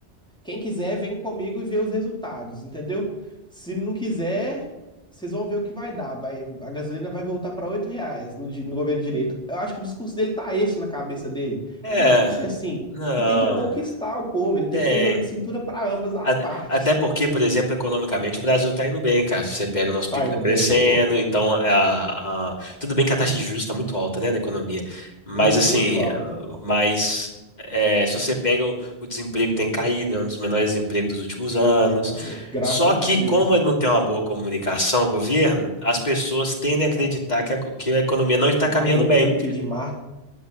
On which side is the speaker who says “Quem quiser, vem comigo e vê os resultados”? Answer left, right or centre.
Centre